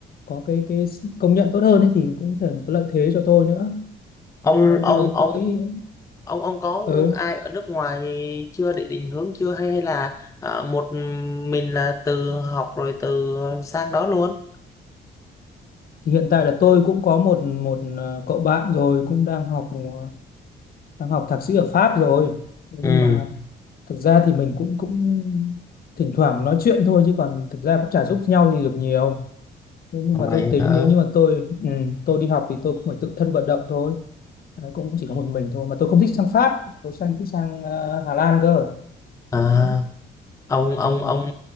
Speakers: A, on the left (about 50°); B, on the left (about 15°).
A: có cái cái công nhận tốt hơn ấy, thì cũng có thể là có lợi thế cho tôi nữa
B: ông
A: đấy
B: ông
A: thì ông
B: ông
A: ông nghĩ
B: ông ông có
A: ừ
B: ai ở nước ngoài chưa để định hướng chưa hay hay là à, một mình là từ học rồi từ sang đó luôn
A: thì hiện tại là tôi cũng có một một ờ, cậu bạn rồi cũng đang học ờ, đang học thạc sĩ ở Pháp rồi Thế
B: ừ
A: nhưng mà thực ra thì mình cũng cũng thỉnh thoảng nói chuyện thôi chứ còn thực ra cũng chả giúp nhau gì được nhiều Thế nhưng
B: vậy
A: mà tôi tính
B: hả
A: nếu như mà tôi ừ, tôi đi học thì tôi cũng phải tự thân vận động thôi Đấy, cũng chỉ có một mình thôi mà tôi không thích sang Pháp tôi sang thích sang ờ, Hà Lan cơ
B: à,
A: Đấy.
B: ông ông
A: Ừ.
B: ông